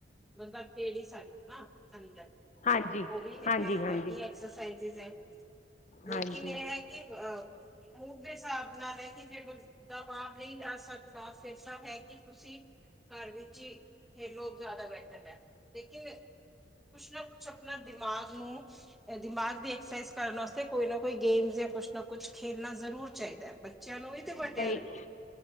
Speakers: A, in the centre; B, on the left.
A: ਬੰਦਾ ਖੇਲ ਹੀ ਸਕਦਾ ਨਾ ਅੰਦਰ
B: ਹਾਂਜੀ
A: ਉਹ ਵੀ
B: ਹਾਂਜੀ
A: ਇਕ
B: ਹਾਂਜੀ
A: ਹੈਗੀ ਐਕਸਰਸਾਈਜ਼ ਹੈ। ਲੇਕਿਨ
B: ਹਾਂਜੀ
A: ਇਹ ਹੈ ਕਿ ਅ ਮੂਢ ਦੇ ਹਿਸਾਬ ਨਾਲ ਹੈ ਕਿ ਜੇ ਕੋ ਦਾ ਮਾਮ ਨਹੀਂ ਜਾ ਸਕੱਦਾ ਫਿਰਸਾ ਹੈ। ਕਿ ਤੁਸੀਂ ਘਰ ਵਿੱਚ ਹੀ ਖੇਲੋ ਜ਼ਿਆਦਾ ਬੈਹਤਰ ਹੈ। ਲੇਕਿਨ ਕੁਛ ਨਾ ਕੁਛ ਆਪਣਾ ਦਿਮਾਗ ਨੂੰ, ਅ ਦਿਮਾਗ ਦੀ ਐਕਸਰਸਾਈਜ਼ ਕਰਨ ਵਾਸਤੇ। ਕੋਈ ਨਾ ਕੋਈ ਗੇਮਸ ਜਾਂ ਕੁਛ ਨਾ ਕੁਛ ਖੇਣਾ ਜ਼ਰੂਰ ਚਾਹੀਦਾ ਹੈ। ਬੱਚਿਆਂ ਨੂੰ ਵੀ ਤੇ ਵੱਡਿਆਂ
B: ਤਾਂ ਇਹ
A: ਨੂੰ ਵੀ।